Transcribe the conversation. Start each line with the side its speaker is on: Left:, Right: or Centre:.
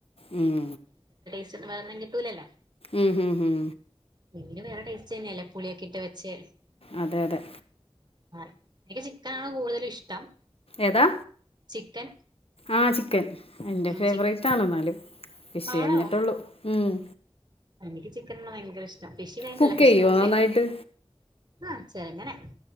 Left: ഉം
Right: ച്ചൊന്നും വലതിനും കിട്ടൂല്ലല്ലാ
Left: ഉം ഉം ഉം
Right: വീട്ട്ല് വേറെ ടേസ്റ്റന്നെയല്ലേ പുളിയൊക്കെ ഇട്ട് വെച്ച്
Left: അതെ അതെ
Right: ആ എനിക്ക് ചിക്കനാണ് കൂട്തലു ഇഷ്ടം
Left: ഏതാ
Right: ചിക്കൻ
Left: ആ ചിക്കൻ എന്റെ
Right: ഉം
Left: ഫേവറേറ്റ്
Right: ചിക്കൻ
Left: ആണെ ന്നാലും ഫിഷ്
Right: ആണോ
Left: കഴിഞ്ഞിട്ടെ ള്ളൂ ഉം
Right: എനിക്ക് ചിക്കനുള്ള ഭയങ്കര ഇഷ് ഫിഷ് വേണ്ടല്ല
Left: കുക്ക്
Right: ഫിഷിന്റെ
Left: ചെയ്യുമോ
Right: മുന്നേ
Left: നന്നായിട്ട്
Right: ആ ചെറെങ്ങനെ